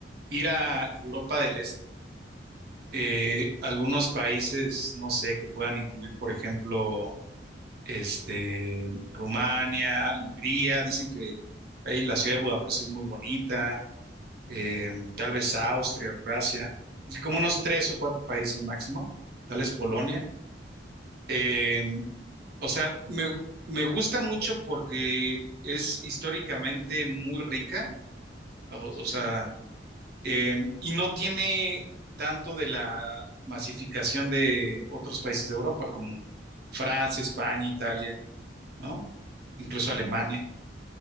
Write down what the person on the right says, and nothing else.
ir a Europa del Este. Eh, algunos países, no sé, que puedan incluir, por ejemplo, este, Rumania, Hungría, dicen que ahí la ciudad de Budapest es muy bonita, eh,
tal vez Austria, Croacia, así como unos tres o cuatro países máximo, tal vez Polonia. Eh, o sea, me, me gusta mucho porque es históricamente muy rica, o
o sea Eh, y no tiene tanto de la masificación de otros países de Europa como Francia, España, Italia, ¿no? Incluso Alemania.